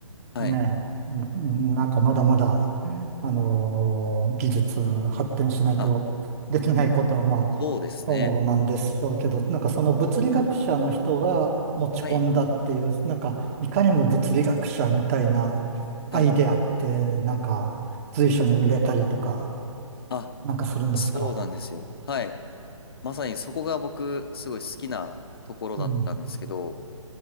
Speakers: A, on the left (about 45°); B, on the right (about 25°).
A: はい。
B: ねえ、うんなんかまだまだ、あのー技術発展しないとできないことはまあ、
A: あ、そうですね。
B: そうなんでしょうけど、なんかその物理学者の人が持ち込んだっていう、
A: はい。
B: なんかいかにも物理学者みたいなアイデアって、
A: はい。
B: なんか随所に見れたりとか、
A: あ、
B: なんかするんですか
A: そうなんですよ。はい。まさにそこが僕すごい好きなところだったんですけど、
B: うん。